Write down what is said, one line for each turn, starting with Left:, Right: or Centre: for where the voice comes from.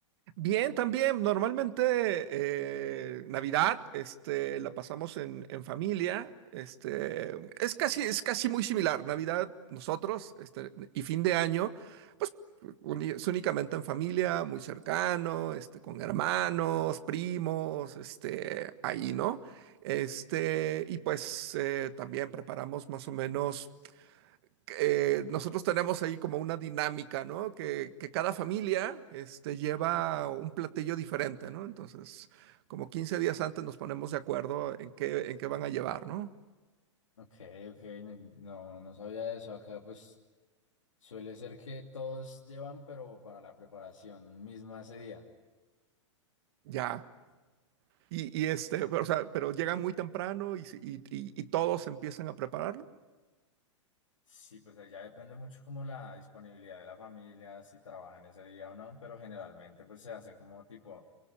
Right: Bien, también, normalmente eh, Navidad, este, la pasamos en, en familia, este, es casi, es casi muy similar, Navidad nosotros, este, y fin de año, pues uni- es únicamente en familia, muy cercano, este, con hermanos, primos, este, ahí, ¿no? Este, y pues eh, también preparamos más o menos eh, nosotros tenemos ahí como una dinámica, ¿no? Que, que cada familia este, lleva un platillo diferente, ¿no? Entonces, como 15 días antes nos ponemos de acuerdo en qué, en qué van a llevar, ¿no?
Left: Ok, ok, n- no, no sabía eso. Acá pues suele ser que todos llevan, pero para la preparación misma ese día.
Right: Ya. Y, y este, pero, o sea, pero llegan muy temprano y, se- y- y- y todos empiezan a prepararlo.
Left: Sí, pues ahí ya depende mucho como la disponibilidad de la familia, si trabajan ese día o no, pero generalmente pues se hace como tipo